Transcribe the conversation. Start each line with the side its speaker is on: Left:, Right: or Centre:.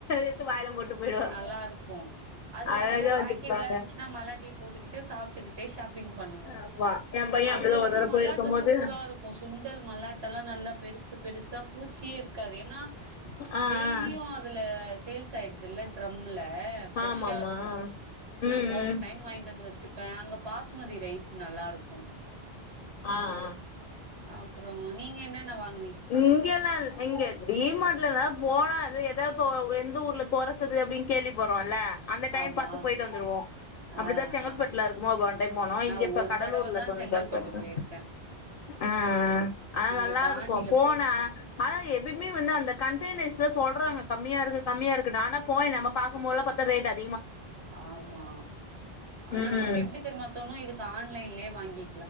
Left: எடுத்து வாயில போட்டு. போயிடுவே
Right: நல்லா இருக்கு. அதுல
Left: அழகா
Right: வேற
Left: வச்சிருப்பாங்க
Right: பாக்கெட் எல்லா இருந்துச்சுன்னா மல்லாட்டயு போட்டு. கிட்டு சாப்பிட்டுக்கிட்டே. ஷாப்பிங் பண்ணுவோ.
Left: ஆமா எ பைய
Right: அதுல
Left: அப்டிதா
Right: வந்து
Left: ஒரு தடவ
Right: மல்லாட்ட
Left: போயிருக்கும் போது
Right: சூப்பரா இருக்கு சுண்டல் மல்லாட்ட எல்லா நல்லா பெருசு. பெருசா பூ. பூச்சியே இருக்காது ஏன்னா. ம்ச்
Left: ஆ
Right: டெய்லியு
Left: ஆ
Right: அதுல. சேல்ஸ் சாயிடு. இதுல டிரம். இல்ல பிரஷ்சா
Left: ஆமாமா
Right: இருக்கு.
Left: ம்
Right: நா போற
Left: ம்
Right: டைம் வாங்கிட்டு வந்து வச்சுப். ப்ப அங்க பாஸ்மதி ரைஸ் நல்லாயிருக்கு.
Left: ஆஹஹா.
Right: அப்புறோ நீங்க என்னென்ன வாங்.
Left: இங்கலால்ல இங்க டிமாட்லதா போனா. அது எதாவது எந்த ஊர்ல தொறக்குதுனு அப்படின்னு கேள்வி பறோல்ல. அந்த டைம்
Right: ஆமா
Left: பாத்து போயிட்டு வந்துருவோ. அப்படித்தா
Right: ஆ
Left: செங்கல்பட்டுல
Right: ஆ
Left: இருக்குபோது ஒன் டைம் போனோ
Right: நா
Left: இங்க இப்ப
Right: ஒரு
Left: கடலூர்ல.
Right: தடவ தா
Left: <unintelligible>
Right: செங்கல்பட்டு போயிருக்கே
Left: ஆஹேஹ. ஆனா
Right: இங்க
Left: நல்லா
Right: பாண்டில
Left: இருக். போ போன
Right: போயிருக்கோ
Left: ஆன. ஆனா இப். எப்பவுமே வந்து அந்த கண்டெனர்ஸ்ல சொல்றாங்க கம்மியா இருக்கு கம்மியா இருக்கு ஆனா போய் நாம பாக்கும்போதுல பாத்தா ரேட் அதி.
Right: ஆமா
Left: ம்
Right: நமக்கு எப்படி தெரியமாத்தோணு இது. ஆன்லைன்லே வாங்கி.